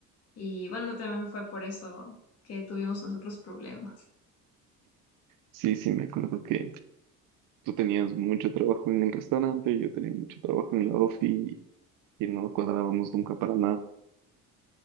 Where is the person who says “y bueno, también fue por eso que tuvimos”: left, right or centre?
Left